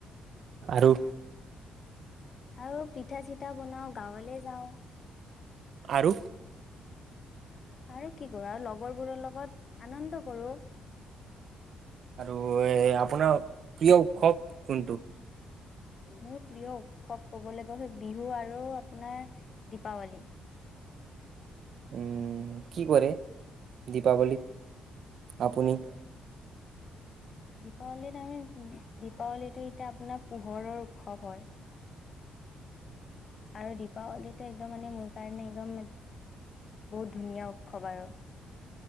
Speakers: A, on the right (about 65°); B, on the left (about 45°).
A: আৰু
B: আৰু পিঠা চিঠা বনাও গাঁৱলৈ যাওঁ
A: আৰু
B: আৰু কি কৰো আৰু লগৰবোৰৰ লগত আনন্দ কৰোঁ
A: আৰু আপোনাৰ প্ৰিয় উৎসৱ কোনটো
B: মোৰ প্ৰিয় উৎসৱ ক'বলৈ গলে' বিহু আৰু আপোনাৰ দীপাৱলী
A: উম কি কৰে দীপাৱলীত আপুনি
B: দীপাৱলীত আমি দীপাৱলীটো এতিয়া আপোনাৰ পোহৰৰ উৎসৱ হয় আৰু দীপাৱলীটো একদম মানে মোৰ কাৰণে একদম বহুত ধুনীয়া উৎসৱ আৰু